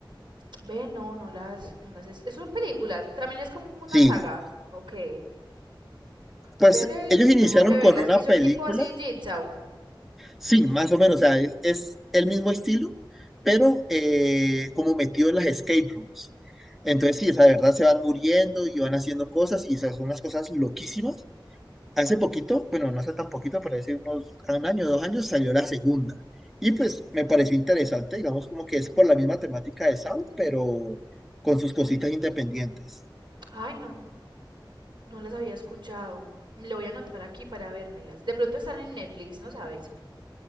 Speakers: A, on the right; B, in the centre.
A: Ve, no, no las, no las es... Son películas, también es como una
B: Sí,
A: saga, ¿o qué?
B: pues
A: Ve,
B: ellos
A: tengo
B: iniciaron
A: que verlas
B: con una
A: y son
B: película,
A: tipo así Jigsaw.
B: sí, más o menos, o sea, es, es el mismo estilo, pero eh, como metido en las escape rooms. Entonces, sí, o sea, de verdad se van muriendo y van haciendo cosas y esas son unas cosas loquísimas, Hace poquito, bueno, no hace tan poquito, por decir unos un año, dos años, salió la segunda. Y pues me pareció interesante, digamos como que es por la misma temática de Saw, pero con sus cositas independientes.
A: Ay, no, no las había escuchado. Lo voy a anotar aquí para vérmelas. De pronto están en Netflix, ¿no sabes?